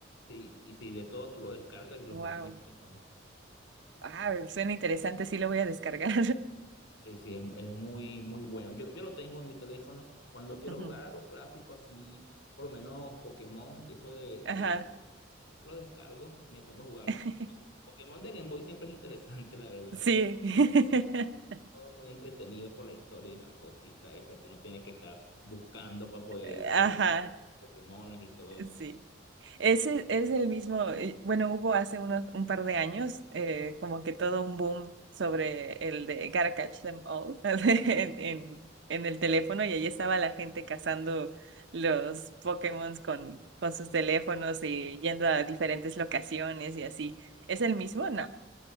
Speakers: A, on the left; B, on the right.
A: sí, y sí, de todo tú lo descargas y lo
B: Wow.
A: juegas en el teléfono.
B: Ah, suena interesante, sí lo voy a descargar.
A: Sí, sí, es, es muy, muy bueno. Yo, yo lo tengo en mi teléfono. Cuando quiero
B: <laughs> Ujú,
A: jugar algo clásico así, por lo menos Pokémon, de eso de,
B: Ajá.
A: de que lo descargo, y me pongo a jugar.
B: <laughs>
A: Poké- Pokémon de Game Boy siempre es interesante, <laughs> la verdad.
B: Sí. <laughs>
A: todo muy entretenido por la historia y la cosita esa que uno tiene que estar buscando para poder
B: Eh, Ajá,
A: evolucionar los Pokémones y todo eso.
B: sí. Ese es el mismo, eh, bueno, hubo hace unos un par de años eh, como que todo un boom sobre el de Gotta Catch Them All <laughs> en, en, en el teléfono y ahí estaba la gente cazando los Pokémon con, con sus teléfonos y yendo a diferentes locaciones y así. ¿Es el mismo? No.